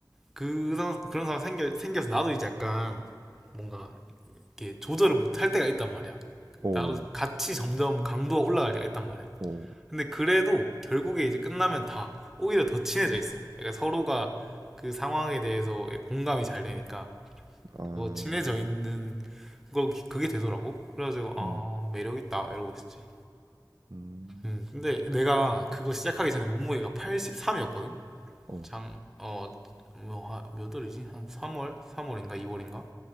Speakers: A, in the centre; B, on the right.
A: 그, 상- 그런 상황 생겨, 생겨서 나도 이제 약간 뭔가 이렇게 조절을 못할 때가 있단 말이야.
B: 어,
A: 나도 같이 점점 강도가 올라갈 때가 있단 말이야.
B: 어,
A: 근데 그래도 결국에 이제 끝나면 다 오히려 더 친해져 있어. 약간 서로가 그 상황에 대해서 공감이 잘 되니까
B: 아,
A: 더 친해져 있는 거 그게 되더라고. 그래가지고 아
B: 음,
A: 매력 있다 이러고 있었지.
B: 음,
A: 음, 근데 내가 그거 시작하기 전에 몸무게가 83이었거든.
B: 어,
A: 장, 어, 뭐, 하- 몇 월이지? 한 3월? 3월인가? 2월인가?